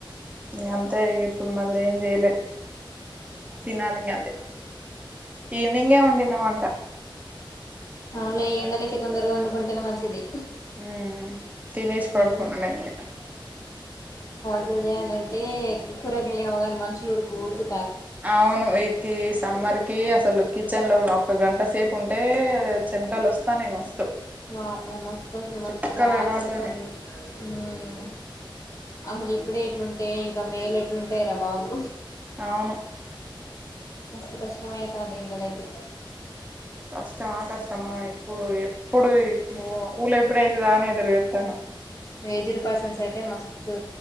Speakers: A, on the right; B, on the left.
A: ఈ అంతే ఇప్పుడు మార్ మల్ల చేయలే తినాలి ఇంగ అదే, ఈవనింగే వండినా వంట.
B: అవ్నె ఈ ఎండలకి తొందరగా వండుకుంటేనే మంచిది.
A: ఉమ్ తినేసి పాడుకున్నా
B: ఎట్లా
A: నెన్ ఇగ
B: హృదయాలు అంటే కూరగాయాలు ఏమో కాని మనుషలు ఉడుకు ఉడుకు
A: అవును ఇకిస్ సమ్మర్ కి అసలు కిచెన్ లో ఒక గంట సేపు ఉంటే చెమటలు వస్తాన్నాయి మస్తు
B: వామో మస్త్ అసలు మస్తు
A: చుక్కలు
B: చాలా
A: కనపడతాన్నాయి
B: వస్తుంది. ఉమ్ అసలు ఇప్పుడే ఎట్లుంటే ఇంకా మే ల ఎట్లుంటాయి రా బాబు
A: అవును
B: మస్తు కష్టం అయ్యితాంది ఎండ లకి
A: కష్టమా కష్టమా ఇప్పుడు ఎప్పుడు
B: ఓ
A: కూల్ ఎప్పుడు ఐతద అని ఎదురు చూత్తనం
B: ఏజుడు పర్సన్స్ అయితే మస్ తు